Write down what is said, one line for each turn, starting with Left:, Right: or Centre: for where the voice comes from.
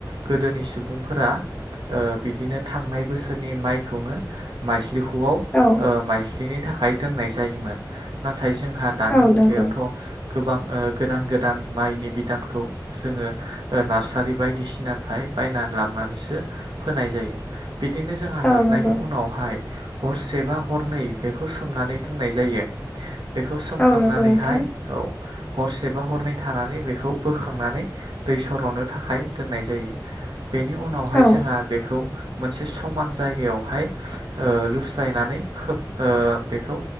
Right: गोदोनि सुबुंफोरा ओ बिदिनो थांनाय बोसोरनि माइखौनो माइस्लिखौ नआव
Left: औ
Right: ओ माइज्लिनि थाखाय दोननाय जायोमोन नाथाय नाथाय जोंहा दानि
Left: औ
Right: मुगायावथ'
Left: नंगौ
Right: गोबां ओ गोदान गोदान माइनि बिदानखौ जोङो ओ नार्सारि बायदिसिनानिफ्राय बायनानै लाबोनानैसो फोनाय जायो। बिदिनो जोंहा
Left: औ
Right: लाबनि
Left: नंगौ
Right: उनावहाय हरसेबा हरनै बेखौ सोमनानै दो फोनाय जायो बेखौ सोमखांनानैहाय
Left: औ नंगौ नोंथां
Right: औ। हरसेबा हरनै थानानै बेखौ बोखांनानै दै सर'नो थाखाय दोननाय जायो। बेनि उनावहाय
Left: औ
Right: जोंहा बेखौ मोनसे समान जायगायावहाय ओ लुस्लायनानै खोब ओ बेखौ